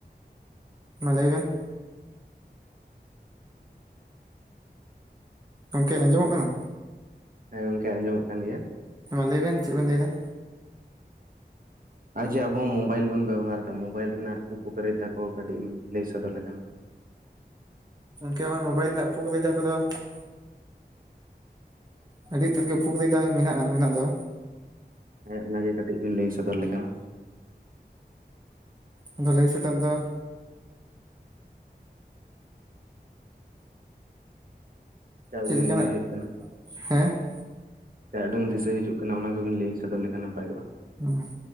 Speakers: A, on the right; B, on the right.
A: ᱢᱟ ᱞᱟᱹᱭ ᱵᱮᱱ ᱜᱚᱢᱠᱮ ᱟᱸᱡᱚᱢᱚᱜ ᱠᱟᱱᱟ᱾
B: ᱦᱮᱸ ᱜᱚᱝᱠᱮ ᱟᱸᱡᱚᱢᱚᱜ ᱠᱟᱱ ᱜᱮᱭᱟ᱾
A: ᱦᱮᱸ ᱢᱟ ᱞᱟᱹᱭ ᱵᱮᱱ ᱪᱮᱫ ᱵᱮᱱ ᱞᱟᱹᱭ ᱮᱫᱟ?
B: ᱟᱨ ᱡᱮ ᱟᱵᱚ ᱢᱳᱵᱟᱭᱤᱞ ᱵᱚᱱ ᱵᱮᱵᱚᱦᱟᱨ ᱮᱫᱟ ᱢᱳᱵᱟᱭᱤᱞ ᱨᱮᱱᱟᱜ ᱩᱯᱚᱠᱟᱨᱤᱛᱟ ᱠᱚ ᱠᱟᱹᱴᱤᱡ ᱮᱢ ᱞᱟᱹᱭ ᱥᱚᱫᱚᱨ ᱞᱮᱠᱷᱟᱱ
A: ᱜᱚᱝᱠᱮ <inaudible> ᱢᱳᱵᱟᱭᱤᱞ <unintelligible> ᱟᱹᱰᱤ ᱩᱛᱟᱹᱨ ᱜᱮ ᱩᱯᱚᱠᱨᱤᱛᱟ ᱫᱚ ᱢᱮᱱᱟᱜᱼᱟ ᱢᱮᱱᱟᱜ ᱫᱚ
B: ᱦᱮᱸ ᱚᱱᱟᱜᱮ ᱠᱟᱹᱴᱤᱡ ᱵᱤᱱ ᱞᱟᱹᱭ ᱥᱚᱫᱚᱨ ᱞᱮᱠᱷᱟ
A: ᱟᱫᱚ ᱞᱟᱹᱭ ᱥᱚᱛᱚᱨ ᱫᱚ
B: ᱪᱟ
A: ᱪᱮᱫ
B: ᱩᱰᱟᱹᱝ
A: ᱞᱮᱠᱟᱱᱟᱜ
B: ᱢᱚᱱᱮ ᱦᱩᱭᱩᱜ ᱠᱟᱱᱟ
A: ᱦᱮᱸ
B: ᱡᱟ ᱩᱰᱟᱹᱝ ᱫᱤᱥᱟᱹ ᱦᱤᱡᱩᱜ ᱠᱟᱱᱟ ᱚᱱᱟ ᱠᱚᱵᱤᱱ ᱞᱟᱹᱭ ᱥᱚᱫᱚᱨ ᱞᱮᱠᱷᱟᱱ ᱱᱟᱯᱟᱭ ᱠᱚᱜᱼᱟ
A: ᱦᱩᱸ